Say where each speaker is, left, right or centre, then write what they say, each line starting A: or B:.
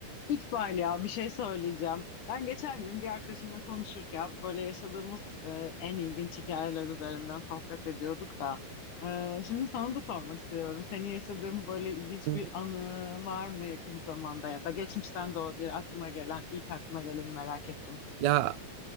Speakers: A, on the left (about 65°); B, on the right (about 70°).
A: İkbal ya bir şey söyleyeceğim. Ben geçen gün bir arkadaşımla konuşurken böyle yaşadığımız e, en ilginç hikayeler üzerinden sohbet ediyorduk da. e, şimdi sana da sormak istiyorum. Senin yaşadığın böyle ilginç
B: Hı hı.
A: bir anı var mı yakın zamanda ya da geçmişten de olabilir aklına gelen ilk aklına geleni merak ettim.
B: Ya